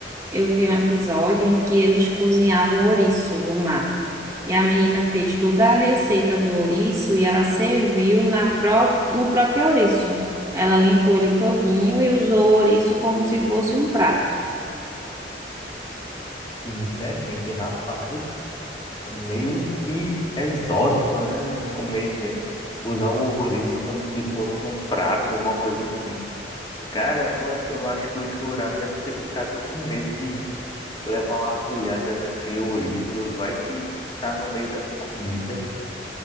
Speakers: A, on the right (about 20°); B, on the left (about 25°).
A: eu vi um episódio em que eles cozinhavam ouriço do mar. E a menina fez toda a receita do ouriço e ela serviu na pró no próprio ouriço. Ela limpou ele todinho e usou o ouriço como se fosse um prato.
B: E diferente, rapaz. Meio que exótico, né? Comer, de- usar o ouriço como se fosse um prato, alguma coisa assim. Caramba, eu acho que o jurado deve ter ficado com medo de levar uma agulhada daquele ouriço. Vai que tá no meio da comida.